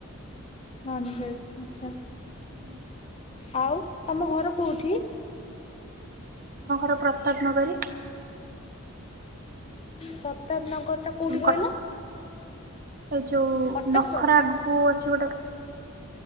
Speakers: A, on the left; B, on the right.
A: ନନଭେଜ୍ ଆଛା।
B: ଉଁ,
A: ଆଉ ତମ ଘର କୋଉଠି?
B: ମୋ ଘର ପ୍ରତାପ ନଗରୀ।
A: ପ୍ରତାପ ନଗର ଟା କୋଉଠି କହିଲ?
B: କ ଏଇ ଯୋଉ
A: କଟକ
B: ନଖରା
A: ର।
B: ଆଗକୁ ଅଛି ଗୋଟେ